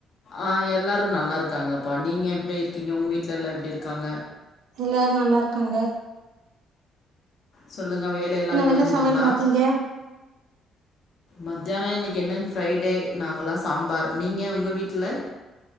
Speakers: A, on the left; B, on the right.
A: ஆ எல்லாரு நல்லாருக்காங்கப்பா நீங்க எப்டி இருக்கீங்க உங்க வீட்ல எல்லா எப்டிருக்காங்க
B: எல்லாரு நல்லாருக்காங்க
A: சொல்லுங்க வேலை எல்லா முடிஞ்சதுங்களா
B: என்ன சமையல் பாத்தீங்க
A: மத்தியான இன்னைக் என்ன ஃப்ரைடே நாங்கல்லா சாம்பார் நீங்க உங்க வீட்டுல